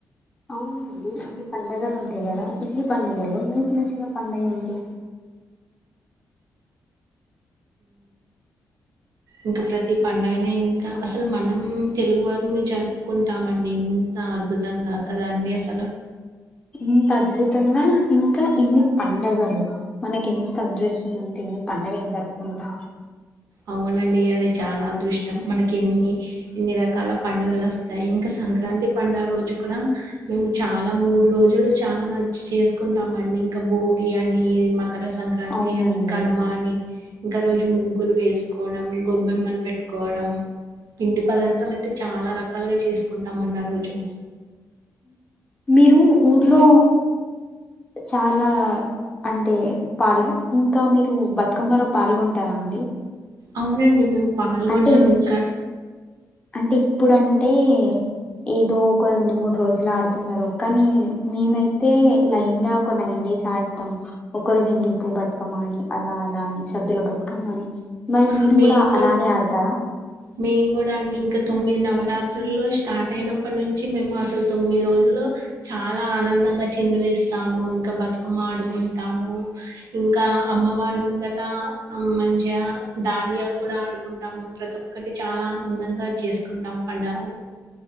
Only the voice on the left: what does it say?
అవునండి ఇన్ని పండుగలు ఉంటాయి కదా ఇన్ని పండుగల్లో మీకు నచ్చిన పండుగ ఏంటి
ఇంత అద్భుతంగా ఇంకా ఇన్ని పండగలు మనకి ఎంత అదృష్టం ఉంటే ఇన్ని పండగలు జరుపుకుంటాం
అవునండి
మీరు ఊర్లో చాలా అంటే పాలు ఇంకా మీరు బతుకమ్మలో పాల్గొంటారా అండి
అంటే
అంటే ఇప్పుడుంటే ఏదో ఒక రెండు మూడు రోజులు ఆడుతున్నారు కానీ మేమైతే లైన్ గా ఒక నైన్ డేస్ ఆడతాం ఒకరోజ ఎంగిలి పువ్ బతకమ్మా అని అలా అలా అని సద్దుల బతకమ్మ అని మరి
మీరు
కూడా అలానే ఆడతారా